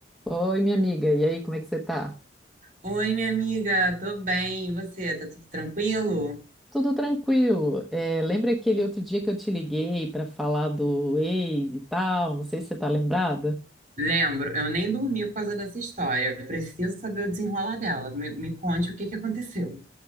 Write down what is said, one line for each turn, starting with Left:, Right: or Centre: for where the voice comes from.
Centre: Oi, minha amiga, e aí, como é que você tá?
Right: Oi, minha amiga, tô bem. E você, tá tudo tranquilo?
Centre: Tudo tranquilo. É, lembra aquele outro dia que eu te liguei para falar do ex e tal? Não sei se você tá lembrada.
Right: Lembro, eu nem dormi por causa dessa história. Eu preciso saber o desenrolar dela. Me, me conte o que que aconteceu.